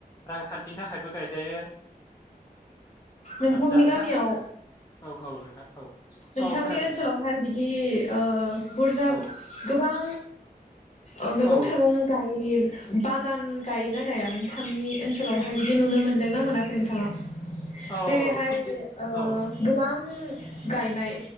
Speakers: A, on the left; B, on the left.
A: रांखान्थिनि थाखायबो गायजायो।
B: नोंथांनि
A: जानो
B: गामियाव
A: थाखा औ औ नोंथां औ।
B: नोंथांनि
A: खोनादों
B: ओनसोलावहाय
A: नोंथां
B: बिदि ओ बुरजा
A: औ
B: गोबां ओ मैगं
A: औ
B: थाइगं गायो बागान गायोना गाया नोंथांनि ओनसोलावहाय बिदि नुनो मोनदोंनाा मोनाखै नोंथाङा?
A: औ
B: जेरैहाय
A: खेथि
B: ओ
A: औ
B: गोबां गायनाय।